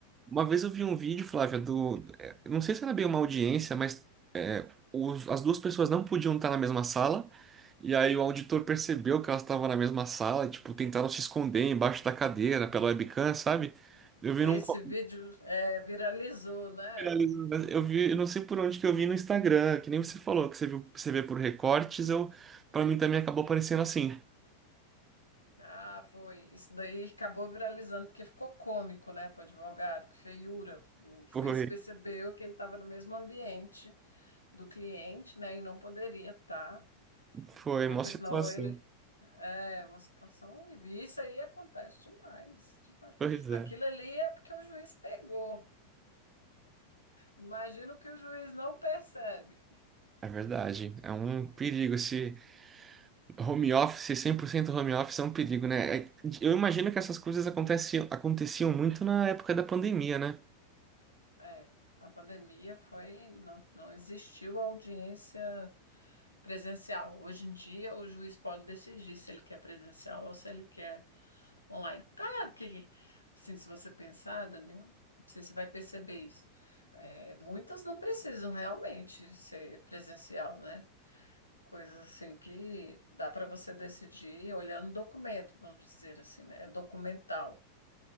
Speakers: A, on the right; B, on the left.
A: uma vez eu vi um vídeo, Flávia, do. é, eu Não sei se era bem uma audiência, mas é, os- as duas pessoas não podiam estar na mesma sala, e aí o auditor percebeu que elas estavam na mesma sala, e, tipo, tentaram se esconder embaixo da cadeira pela webcam, sabe? Eu vi
B: Esse
A: num. co-
B: vídeo é, viralizou, né?
A: viralizou, né? Eu vi, eu não sei por onde que eu vi no Instagram, que nem você falou, que você viu, você vê por recortes, eu, pra mim também acabou aparecendo assim.
B: Ah, foi. Isso daí acabou viralizando porque ficou cômico, né, para o advogado, que feiura. O juiz
A: Foi,
B: percebeu que ele estava no mesmo ambiente do cliente, né? E não poderia estar,
A: foi
B: porque
A: uma situação.
B: senão ele. É uma situação horrível. E isso aí acontece demais, demais.
A: Pois
B: Aquilo
A: é.
B: ali é porque o juiz pegou. Imagino que o juiz não percebe.
A: É verdade, é um perigo. Esse home office, 100% home office é um perigo, né? É- Eu imagino que essas coisas aconteciam, aconteciam muito na época da pandemia, né?
B: É, a pandemia foi, não, não existiu audiência presencial. Hoje em dia, o juiz pode decidir se ele quer presencial ou se ele quer Online. Claro que, assim, se você pensar, Daniel, não sei se você vai perceber isso. É, muitas não precisam realmente ser presencial, né? Coisas assim que dá para você decidir olhando o documento, vamos dizer assim, né? É documental.